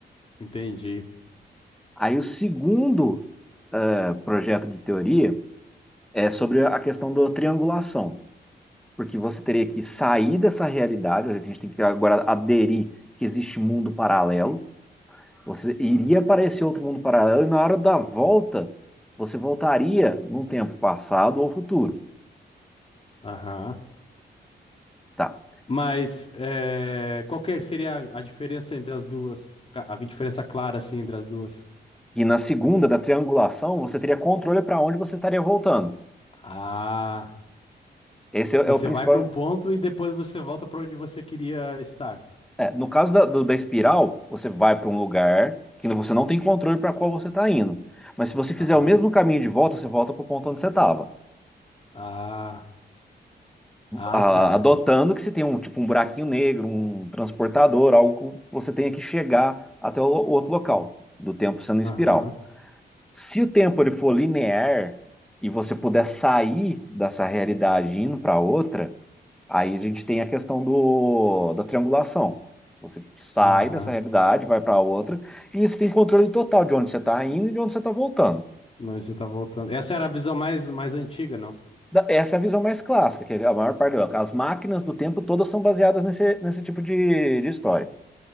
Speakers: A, on the left (about 35°); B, in the centre.
A: Entendi.
B: Aí o segundo eh, projeto de teoria é sobre a questão da triangulação, porque você teria que sair dessa realidade, a gente tem que agora aderir que existe mundo paralelo, você iria para esse outro mundo paralelo e na hora da volta você voltaria num tempo passado ou futuro,
A: Aham.
B: tá?
A: Mas é, qual que seria a diferença entre as duas? Ca- A diferença clara, assim, entre as duas?
B: E na segunda da triangulação você teria controle para onde você estaria voltando.
A: Ah,
B: Esse é,
A: você
B: é o principal
A: vai pra um ponto e depois você volta pra onde você queria estar.
B: É, no caso da, do- da espiral, você vai para um lugar que você não tem controle para qual você está indo. Mas se você fizer
A: Aham.
B: o mesmo caminho de volta, você volta para o ponto onde você estava.
A: Ah, ah,
B: A-
A: tá.
B: Adotando que você tem um tipo um buraquinho negro, um transportador, algo que você tenha que chegar até o, o outro local, do tempo sendo em
A: Aham.
B: espiral. Se o tempo ele for linear e você puder sair dessa realidade e indo para outra, Aí a gente tem a questão do, da triangulação. Você sai
A: Aham.
B: dessa realidade, vai para outra, e você tem controle total de onde você está indo e de onde você está voltando.
A: Não, você tá voltando. Essa era a visão mais, mais antiga, não?
B: Da- Essa é a visão mais clássica, que é a maior parte. As máquinas do tempo todas são baseadas nesse, nesse tipo de, de história.